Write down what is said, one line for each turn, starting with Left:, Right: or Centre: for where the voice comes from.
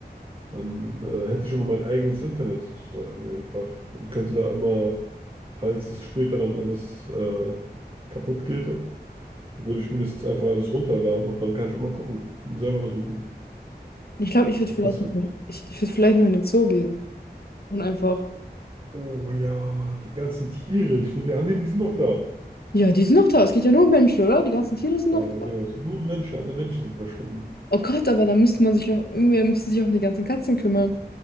Right: Dann äh, hätte ich immer mein eigenes Internet sozusagen einfach und könnte da immer, falls es später dann alles äh, kaputt geht, würde ich mir das einfach alles runterladen und dann kann ich immer gucken und selber suchen.
Left: Ich glaube, ich
Right: Ich
Left: würde
Right: glaube,
Left: vielleicht
Right: das
Left: noch,
Right: wäre.
Left: ich, ich würd vielleicht noch in den Zoo gehen und einfach.
Right: Oh ja, die ganzen Tiere. Ich würde ja annehmen, die sind noch da.
Left: Ja, die sind noch da. Es geht ja nur um Menschen, oder? Die ganzen Tiere sind
Right: Ja,
Left: noch
Right: ja,
Left: da.
Right: genau. Es gibt nur Menschen. Alle Menschen sind verschwunden.
Left: Oh Gott, aber da müsste man sich auch, irgendwer müsste sich auch um die ganzen Katzen kümmern.